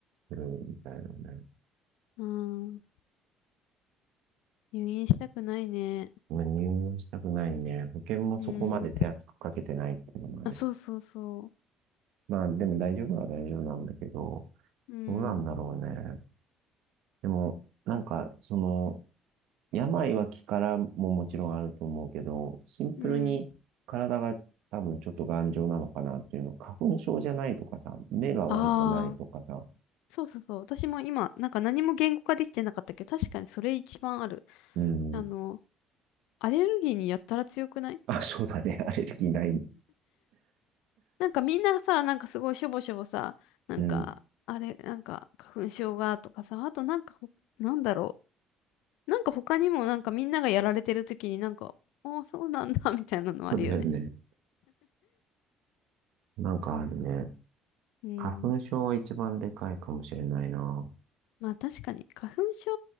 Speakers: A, on the right; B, on the left.
A: るみたいなね。
B: うん。入院したくないね。
A: まあ入院したくないね。保険もそこまで手厚くかけてないっていうのもあるし。
B: うん。あ、そうそうそ
A: まあでも大丈夫は大丈夫なんだけど、
B: う。うん。
A: どうなんだろうね。でも、なんか、その、病は気からももちろんあると思うけど、シンプルに体が多分ちょっと頑丈なのかなっていうの。
B: うん。
A: 花粉症じゃないとかさ、目が悪くないとかさ、
B: ああ、そうそうそう。私も今、なんか何も言語化できてなかったけど、確かにそれ一番ある。
A: うん。
B: あの、アレルギーにやったら強くない
A: あ、そうだね。アレルギーない。
B: なんかみんなさ、なんかすごいしょぼしょぼさ、なんか、
A: うん。
B: あれ、なんか花粉症がとかさ、あとなんかほ、なんだろう。なんか他にもなんかみんながやられてる時になんか、ああ、そうなんだ、<laughs> みたいなのあるよね。
A: そうだよね。なんかあるね。
B: うん。
A: 花粉症は一番でかいかもしれないな。
B: まあ確かに、花粉症、